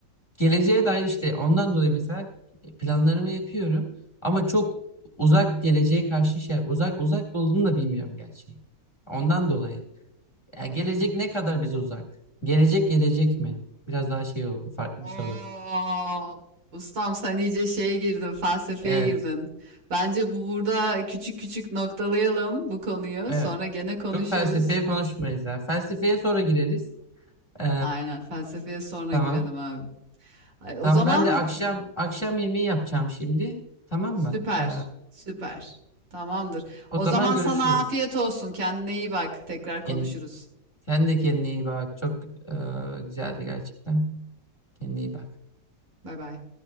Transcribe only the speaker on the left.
geleceğe dair işte ondan dolayı mesela planlarımı yapıyorum ama çok uzak geleceğe karşı şey uzak uzak olduğunu da bilmiyorum gerçi. Ondan dolayı. Ya gelecek ne kadar bize uzak? Gelecek gelecek mi? Biraz daha şey oldu, farklı
bir soru oldu.
Evet.
Evet.
Çok felsefeye konuşmayız
ya. Felsefeye sonra gireriz. Ee,
tamam.
Tamam
ben de akşam akşam yemeği yapacağım şimdi. Tamam
mı? Ee,
o
zaman
görüşürüz.
Kendine
Sen de kendine iyi bak. Çok e, güzeldi gerçekten. Kendine iyi bak.